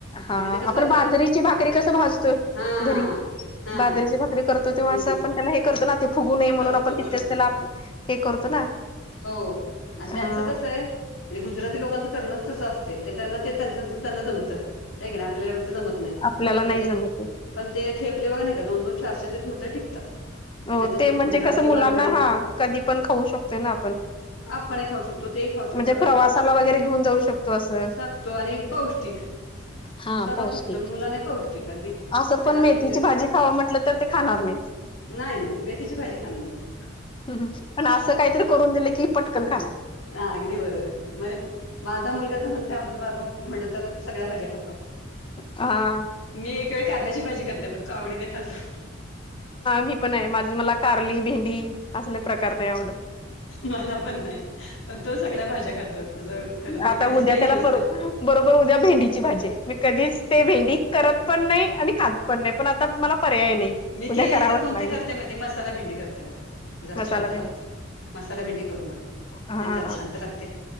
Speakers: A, on the left; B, on the left.
A: हा
B: म्हणजे ते कसं
A: आपण
B: असं
A: बाजरीची भाकरी कसं भाजतो
B: हा
A: घरी
B: हा
A: बाजरीची भाकरी करतो तेव्हा
B: हम्म
A: असं आपण त्याला हे करतो ना ते फुगू नये
B: करतो
A: म्हणून आपण तिथेच
B: बरोबर
A: त्याला
B: आहे
A: हे करतो ना.
B: हो, आणि त्यांचं
A: हा
B: कसं आहे आणि गुजराती लोकांचं करणंच तसं असतंय तर त्यांना ते त्यांच त्यांच जमतं. ऐ कनी आपल्याला एवढं ते जमत नाही
A: आपल्याला
B: पण
A: नाही
B: ते
A: जमत
B: पण ते थेपले बघा नाही का दोन-दोन चार-चार दिवस मात्र टिकतात. तर
A: हो
B: त्यांच्यात
A: ते
B: लोक
A: म्हणजे
B: गुजराती
A: कसं मुलांना
B: मारवाडी लोक
A: हा कधी पण खाऊ शकतोय ना आपण.
B: आपणही खाऊ शकतो तेही खाऊ शकतात
A: म्हणजे
B: आणि
A: प्रवासाला वगैरे घेऊन जाऊ शकतो असं
B: शकतो आणि पौष्टिक.
A: हा
B: सर्वात
A: पौष्टिक
B: उत्तम मुलांनाही पौष्टिक अगदी.
A: असं
B: त्याला
A: पण
B: अगदी
A: मेथीची भाजी खावां म्हटलं तर ते खाणार नाहीत.
B: नाही नाही मेथीची भाजी खाणार नाहीत.
A: ह पण असं काहीतरी करून दिलं की पटकन खाणार.
B: आ अगदी बरोबर आहे, म्हणजे माझा मुलगा तर म्हणता त्या बाबतीत म्हटलं तर सगळ्या भाज्या खातो.
A: हा
B: मी एक वेळ कारल्याची भाजी खात नाही पण तो आवडीने खातो.
A: मी पण नाही, माझ मला कारली, भेंडी असले प्रकार नाही आवडत.
B: मला पण नाही पण तो सगळ्या भाज्या खातो त्याचं खरं म्हणजे
A: आता
B: कधीच
A: उद्या
B: काही
A: त्याला
B: नसतं
A: बरो बरोबर उद्या भेंडीची भाजी आहे, मी कधीच ते भेंडी करत पण नाही आणि खात पण नाही पण आता मला पर्याय नाही.
B: मी
A: उद्या
B: केली
A: करावंच
B: तर कोणती
A: लागणार
B: करते माहीतयं मसाला भिंडी करते बघा ती जरा
A: मसाला
B: छांन
A: भेंडी
B: तर लागते. मसाला भेंडी करून बघा
A: हा
B: ती जरा छांन तर लागते.